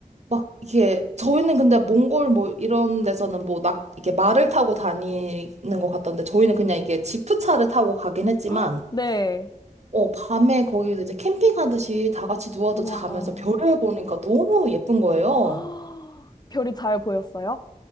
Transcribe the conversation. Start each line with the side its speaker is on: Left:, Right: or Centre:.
Right: 막 이게, 저희는 근데 몽골 뭐 이런 데서는 뭐 낙, 이게 말을 타고 다니는 것 같던데, 저희는 그냥 이게 지프차를 타고 가긴 했지만,
Left: 아, 네.
Right: 어, 밤에 거기서 이제 캠핑하듯이 다 같이 누워서
Left: 와.
Right: 자면서 별을 보니까 너무 예쁜 거예요.
Left: 아, 별이 잘 보였어요?